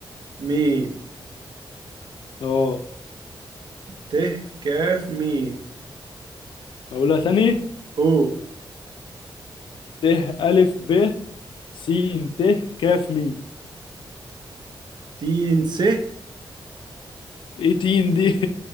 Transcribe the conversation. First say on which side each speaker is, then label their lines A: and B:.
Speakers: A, on the right (about 60°); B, on the left (about 80°).
A: ميم
B: اه
A: ت كاف ميم
B: هقولها تاني
A: او
B: ت ألف ب س ت كاف ميم
A: تين س
B: ايه تين دي